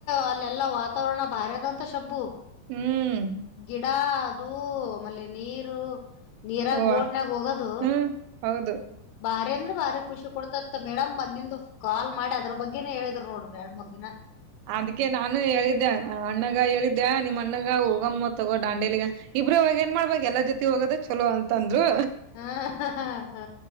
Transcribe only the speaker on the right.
ಹ್ಮ್
ಹ್ವ
ಹ್ಮ್ ಹೌದು
ಅದ್ಕ ನಾನು ಹೇಳಿದ್ದೆ ಅಣ್ಣಗ ಹೇಳಿದ್ದೆ ನಿಮ್ಮ್ ಅಣ್ಣಗ ಹೋಗಮ್ಮ ತಗೋ ದಾಂಡೇಲಿಗೆ. ಇಬ್ರೇ ಹೋಗಿ ಏನ್ ಮಾಡ್ಬೇಕು ಎಲ್ಲಾರಾ ಜೊತೆ ಹೋಗೋದ ಚಲೋ ಅಂತ ಅಂದ್ರು.